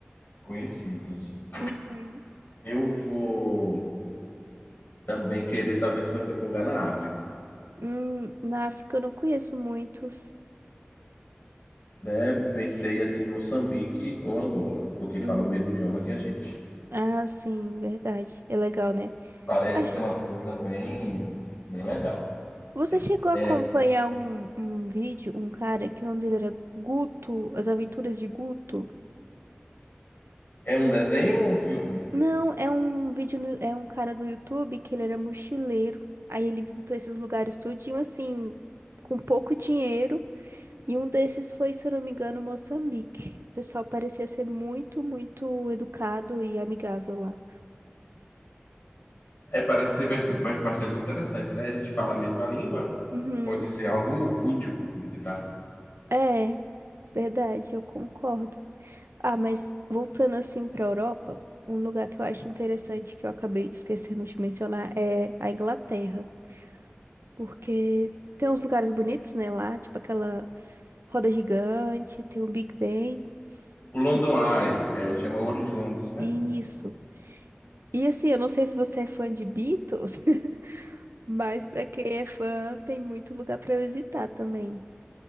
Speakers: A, on the left; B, on the right.
A: conhecidos.
B: Uhum.
A: Eu vou também querer talvez conhecer algum lugar na África,
B: Hum, na África eu não conheço muitos.
A: né? Pensei assim, Moçambique ou Angola, porque fala
B: Uhum.
A: o mesmo idioma que a gente.
B: Ah, sim, verdade. É legal, né?
A: Parece
B: Ah,
A: ser uma coisa bem, bem legal.
B: você chegou a
A: É,
B: acompanhar um, um vídeo, um cara que o nome dele era Guto, As Aventuras de Guto?
A: é um desenho ou um filme?
B: Não, é um vídeo, no- é um cara do YouTube que ele era mochileiro. Aí ele visitou esses lugares tudinho, assim, com pouco dinheiro. E um desses foi, se eu não me engano, Moçambique. O pessoal parecia ser muito, muito educado e amigável lá.
A: É, parece ser bas- bas- bastante interessante, né? A gente fala a mesma língua,
B: Uhum.
A: Pode ser algo útil visitar.
B: É, verdade, eu concordo. Ah, mas voltando assim para a Europa, um lugar que eu acho interessante que eu acabei esquecendo de mencionar é a Inglaterra, porque tem uns lugares bonitos, né, lá, tipo aquela roda gigante, tem o Big Ben
A: O London
B: e
A: Eye, é, chama ouro de Londres, né?
B: e isso. E assim, eu não sei se você é fã de Beatles, <laughs> mas para quem é fã, tem muito lugar para visitar também.